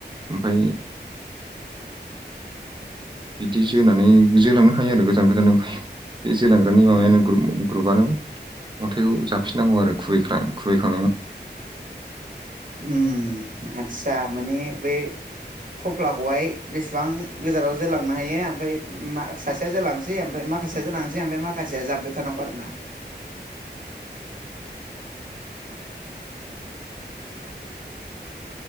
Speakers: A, on the right; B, on the right.
A: ओमफाय बिदि जोनानै जोलांनो हायो आरो गोजान गोजान ओमफाय बे जोलांग्रानि माबायानो
B: उम
A: ग्र ग्रुपआनो अन्थाइखौ जाफिननांगौ आरो खुबैखा खुबैखांनायनि उनाव
B: उम आदसा माने बै थफ्लाखौहाय बेसेबां गोजानाव जोलांनो हायो ओमफ्राय मा सासेया जोलांसै ओमफ्राय मा माखासेया जोलांसै ओमफ्राय माखासेया जाबबाय थानांगौ आरोना